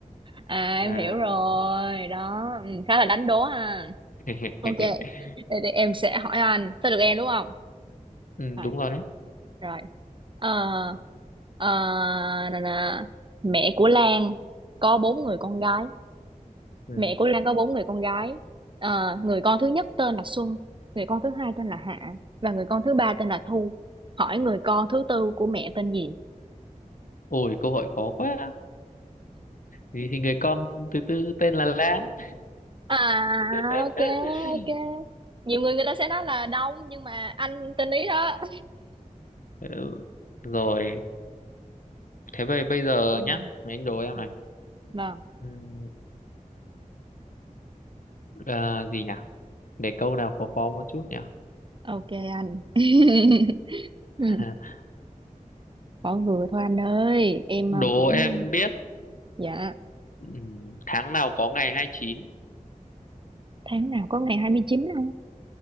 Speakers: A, on the right; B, on the left.
A: à
B: à
A: em hiểu rồi đó ừ, khá là đánh đố ha
B: <laughs>
A: ok vậy thì em sẽ hỏi anh tới được em đúng không
B: ừ,
A: rồi
B: đúng rồi đấy
A: rồi ờ ờ, nè nè. mẹ của Lan có bốn người con gái
B: ừ.
A: mẹ của Lan có bốn người con gái Ờ, người con thứ nhất tên là Xuân người con thứ hai tên là Hạ và người con thứ ba tên là Thu hỏi người con thứ tư của mẹ tên gì
B: ôi câu hỏi khó quá thì, thì người con thứ tư tên là Lan
A: à
B: <laughs>
A: ok ok nhiều người người ta sẽ nói là Đông nhưng mà anh tên ý đó
B: Ừ, rồi thế bây bây
A: <laughs>
B: giờ
A: Ừ,
B: nhá anh đố em
A: dạ.
B: này
A: vâng
B: Ừ, à, gì nhỉ để câu nào khó khó một chút nhỉ
A: ok anh <laughs>
B: <laughs>
A: Ừ, bỏ vừa thôi anh ơi em
B: đố
A: ờ, cũng
B: em
A: ờ,
B: biết
A: dạ
B: ừ, tháng nào có ngày hai chín
A: tháng nào có ngày 29 không